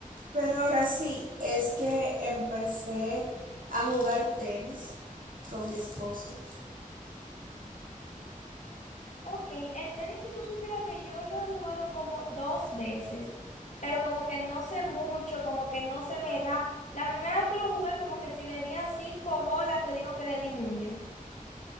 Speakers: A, on the right; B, on the left.
A: pero ahora sí, es que empecé a jugar tenis con mi esposo.
B: Ok, el tenis, si tú supieras que yo lo he jugado como dos veces, pero como que no sé mucho, como que no se me da. La primera vez que lo jugué, como que si le di a cinco bolas, te digo que le di mucho.